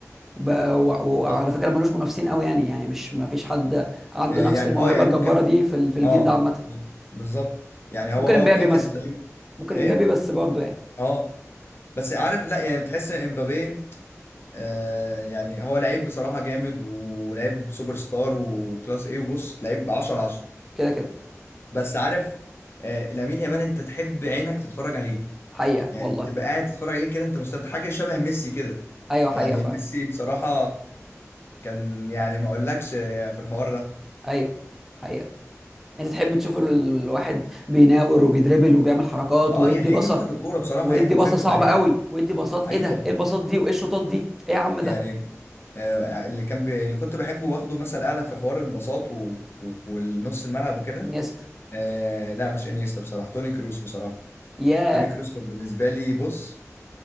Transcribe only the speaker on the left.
بالظبط
آه
يعني
اه يعني
ممكن
اه
بز- بالظبط يعني هو
اه
في كانت
لعيب
ايه
اه بس عارف لا يعني بتحس ان امبابي آه يعني هو لعيب بصراحة جامد ولعيب سوبر ستار وكلاس ايه وبص لعيب 10 10
بس عارف آه لامين يامال انت تحب عينك تتفرج عليه
يعني
تبقى قاعد تتفرج عليه كده انت مستمتع حاجه شبه ميسي كده
يعني
ميسي بصراحه كان يعني ما اقولكش في الحوار ده
اه
يعني هي
دي متعه الكوره بصراحه
يعني مش
هكدب
عليك
ايوه
يعني
آه اللي كان ب... اللي كنت بحبه واخده مثل اعلى في حوار البساط و... و... والنص الملعب وكده
آه لا مش انيستا بصراحه توني كروس بصراحه
توني كروس كان بالنسبه لي بص